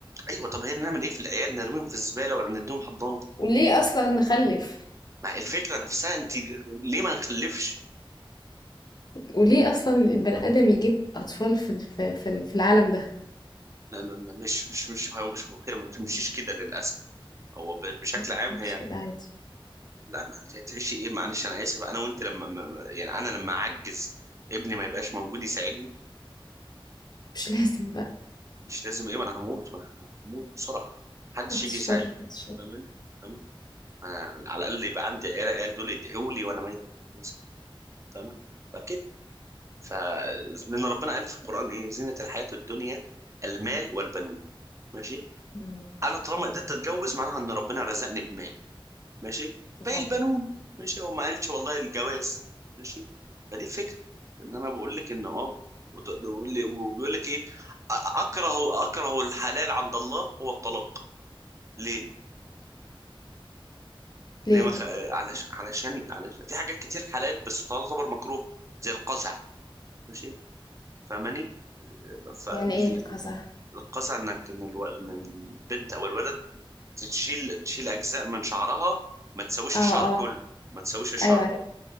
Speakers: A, on the right (about 35°); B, on the left (about 45°).
A: ايوه طب هي نعمل ايه في العيال نرميهم في الزباله ولا نديهم حضانه
B: وليه اصلا نخلف
A: مع الفكره نفسها انت ليه ما نخلفش
B: وليه اصلا البني ادم يجيب اطفال في الف- في ال- في العالم ده
A: لا، ما- ما- مش مش مش هو مش هي ما بتمشيش كده للاسف هو ب- بشكل
B: لا
A: عام
B: مش
A: هي
B: كده عادي
A: لا ما بت- هتعيشي ايه معلش انا اسف انا وانت لما ما- يعني انا لما اعجز ابني ما يبقاش موجود يساعدني
B: مش <laughs> لازم بقى
A: مش لازم ايه ما انا هموت ما انا هموت بسرعه محدش
B: بعد
A: يجي
B: الشر
A: يساعدني
B: بعد الشر
A: فاهمني فاهم انا على الاقل يبقى عندي عيال العيال دول يدعوا لي وانا ميت مثلا فاهمه فكده ف لان ربنا قال في القران ايه زينه الحياه الدنيا المال والبنون ماشي
B: مم.
A: انا طالما قدرت اتجوز معناها ان ربنا رزقني بمال ماشي
B: اه
A: باقي البنون ماشي هو ما قالش والله الجواز ماشي فدي الفكره ان انا بقول لك ان اه وت- وال- وبيقول لك ايه أ- اكره اكره الحلال عند الله هو الطلاق ليه
B: ليه
A: ليه ما خ... علشان علشان علشان في حاجات كتير حلال بس تعتبر مكروه زي القزع ماشي فاهماني فالقزع
B: يعني ايه القزع
A: انك ان, الو... إن البنت او الولد تشيل تشيل اجزاء من شعرها ما تسويش
B: اه
A: الشعر كله
B: اه
A: ما تسويش الشعر
B: ايوه عرفت